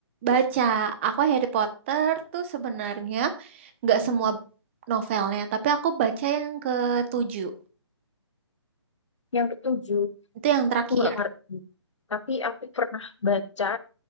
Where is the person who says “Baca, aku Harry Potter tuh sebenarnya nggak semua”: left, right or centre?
Right